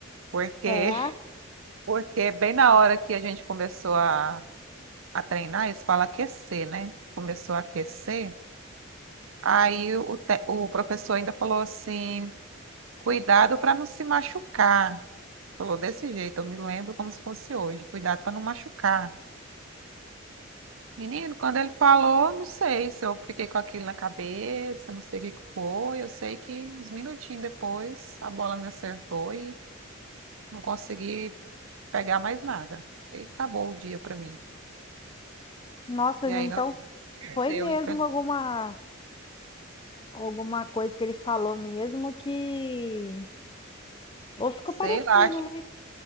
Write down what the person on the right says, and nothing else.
porque,
<laughs> porque bem na hora que a gente começou a, a treinar, eles falam aquecer, né? Começou a aquecer. Aí o, te- o professor ainda falou assim: cuidado para não se machucar. Falou desse jeito, eu me lembro como se fosse hoje: cuidado para não machucar. Menino, quando ele falou, não sei se eu fiquei com aquilo na cabeça, não sei o que que foi. Eu sei que uns minutinhos depois a bola me acertou e não consegui pegar mais nada. Aí acabou o dia para mim.
E
aí
nós perdeu,
infeliz-
sei
lá, acho,